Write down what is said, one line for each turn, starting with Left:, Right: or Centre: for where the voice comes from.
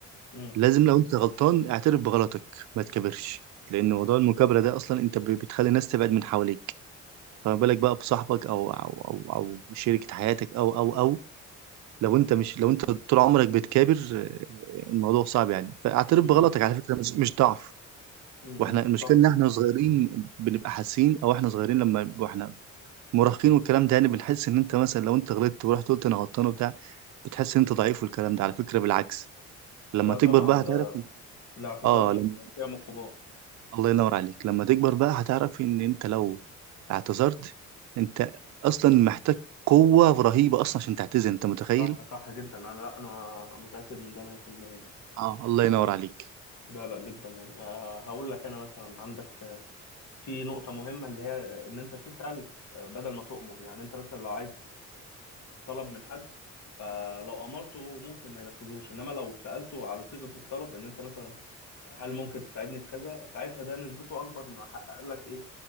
Left: امم
Right: لازم لو أنت غلطان اعترف بغلطك ما تكبرش لأن موضوع المكابرة ده أصلا أنت ب- بتخلي الناس تبعد من حواليك فما بالك بقى بصاحبك أو أو أو أو شريكة حياتك أو أو أو لو أنت مش لو أنت طول عمرك بتكابر آه، الموضوع صعب يعني فاعترف
Left: امم
Right: بغلطك على فكرة مش مش ضعف
Left: امم
Right: واحنا
Left: امم،
Right: المشكلة
Left: صح
Right: ان احنا صغيرين بنبقى حاسين او احنا صغيرين لما واحنا مراهقين والكلام ده يعني بنحس ان انت مثلا لو انت غلطت ورحت قلت انا غلطان وبتاع بتحس إن انت ضعيف والكلام ده على فكرة بالعكس لما
Left: لا
Right: تكبر
Left: طبعا
Right: بقى هتعرف إن-
Left: الاعتذار
Right: اه
Left: من
Right: لما...
Left: قيم الكبار
Right: الله ينور عليك لما تكبر بقى هتعرف ان انت لو اعتذرت انت اصلا محتاج قوة رهيبة اصلا عشان تعتذر انت متخيل
Left: صح صح جدا انا لا انا متاكد من ده 100% يعني
Right: اه الله ينور عليك
Left: لا لا جدا يعني آه، هقول لك انا مثلا عندك آه، في نقطه مهمه اللي هي ان انت تسال آه، بدل ما تؤمر يعني انت مثلا لو عايز طلب من حد فلو امرته ممكن ما ينفذوش انما لو سالته على صيغه الطلب ان انت مثلا هل ممكن تساعدني في كذا ساعتها ده نسبته اكبر انه يحقق لك ايه